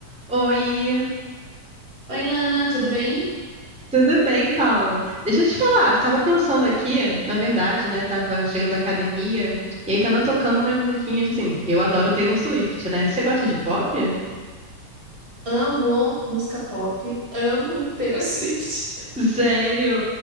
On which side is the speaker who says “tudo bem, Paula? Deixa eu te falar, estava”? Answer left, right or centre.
Centre